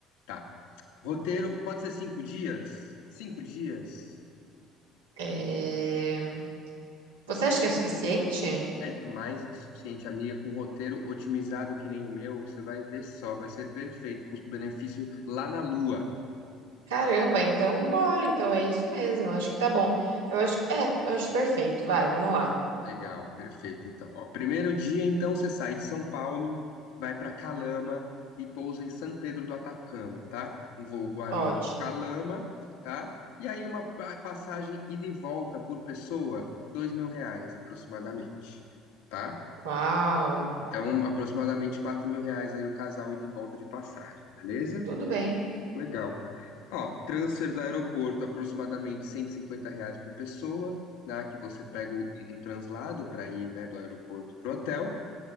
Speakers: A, on the left; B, on the right.
A: Tá. Roteiro, pode ser cinco dias? Cinco dias
B: É, Você acha que é suficiente?
A: é mais do que suficiente, amiga. Com roteiro otimizado que nem o meu, você vai ver só, vai ser perfeito. Custo-benefício lá na lua.
B: Caramba, então bora, então é isso mesmo, acho que tá bom. Eu acho que é, eu acho perfeito. Vai, vamos lá.
A: Legal, perfeito. Então, ó, primeiro dia, então, você sai de São Paulo, vai para Calama e pousa em São Pedro do Atacama, tá? Um voo Guarulhos-Calama,
B: Ótimo.
A: tá? E aí uma pa- passagem ida e volta por pessoa, dois mil reais aproximadamente, tá?
B: Uau.
A: Então, aproximadamente quatro mil reais aí o casal ida e volta de passagem, beleza?
B: Tudo bem.
A: Legal. Ó, transfer do aeroporto, aproximadamente 150 reais por pessoa, né? Que você pega um, um translado para ir, né, do aeroporto pro hotel.